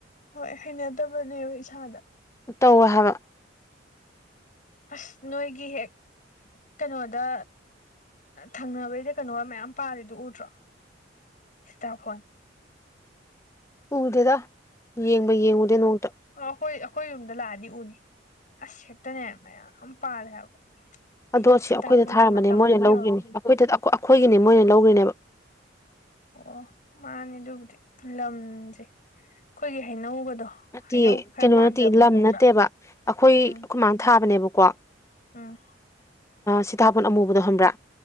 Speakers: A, on the left; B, on the left.
A: ꯍꯣꯏ ꯍꯩꯅꯗꯕꯅꯦꯕ ꯏꯁꯥꯗ
B: ꯇꯧꯋꯦ ꯍꯥꯏꯕ
A: ꯑꯁ ꯅꯣꯏꯒꯤ ꯍꯦꯛ ꯀꯩꯅꯣꯗ ꯊꯪꯅꯕꯩꯗ ꯀꯩꯅꯣꯒ ꯃꯌꯥꯝ ꯄꯥꯔꯤꯦꯗꯨꯣ ꯎꯗ꯭ꯔꯣ ꯁ꯭ꯇꯥꯐꯣꯟ
B: ꯎꯔꯗꯦꯗ ꯌꯦꯡꯕ ꯌꯦꯡꯉꯨꯗꯦ ꯅꯣꯡꯇ
A: ꯑ ꯑꯈꯣꯏ ꯑꯈꯣꯏ ꯌꯨꯝꯗ ꯂꯥꯛꯑꯗꯤ ꯎꯅꯤ ꯑꯁ ꯍꯦꯛꯇꯅꯦ ꯃꯌꯥꯝ ꯄꯥꯜꯂꯦ ꯍꯥꯏꯕ
B: ꯑꯗꯣ ꯑꯁꯤ
A: ꯁꯤꯇꯥꯕꯣꯟꯒꯤ
B: ꯑꯈꯣꯏꯗ ꯊꯥꯔꯝꯕꯅꯦ
A: ꯃꯇꯝ
B: ꯃꯣꯏꯅ
A: ꯑꯃꯨꯛ
B: ꯂꯧꯒ꯭ꯔꯤꯅꯦ
A: ꯌꯧꯔꯛꯄꯅꯤ
B: ꯑꯈꯣꯏꯗ ꯑꯈꯣꯏ ꯑꯈꯣꯏꯒꯤꯅꯦ ꯃꯣꯏꯅ ꯂꯧꯒ꯭ꯔꯤꯅꯦꯕ
A: ꯑꯣ ꯃꯥꯟꯅꯦ ꯑꯗꯨꯕꯨꯗꯤ ꯂꯝꯁꯦ ꯈꯣꯏꯒꯤ ꯍꯩꯅꯧꯒꯗꯣ
B: ꯅꯠꯇꯦ
A: ꯍꯩꯅꯧ ꯈꯔ
B: ꯀꯩꯅꯣ
A: ꯄꯥꯟꯖꯕꯗꯣ
B: ꯅꯠꯇꯦ ꯂꯝ
A: ꯈꯪꯕ꯭ꯔꯥ
B: ꯅꯠꯇꯦꯕ ꯑꯈꯣꯏ
A: ꯎꯝ
B: ꯑꯈꯣꯏꯃꯥꯅ ꯊꯥꯕꯅꯦꯕꯀꯣ
A: ꯎꯝ
B: ꯁꯤꯇꯥꯕꯣꯟ ꯑꯃꯨꯕꯗꯣ ꯈꯪꯕ꯭ꯔꯥ